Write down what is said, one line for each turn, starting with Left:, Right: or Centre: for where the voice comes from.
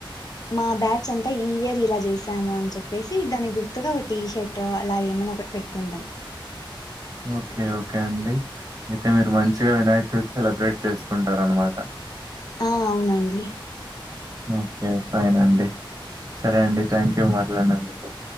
Left: మా బ్యాచ్ అంతా ఈ ఇయర్ ఇలా చేసాము అని చెప్పేసి దానికి గుర్తుగా ఓ టీ షర్ట్ అలా ఏమైనా ఒకటీ పెట్టుకుంటాం
Right: ఓకే ఓకే అండి ఇక మీరు మంచిగా వినాయక చవితి సెలబ్రేట్ చేసుకుంటారన్నమాట
Left: ఆ అవునండి.
Right: ఓకే ఫైన్ అండి సరే అండి థ్యాంక్ యూ మాట్లాడినందుకు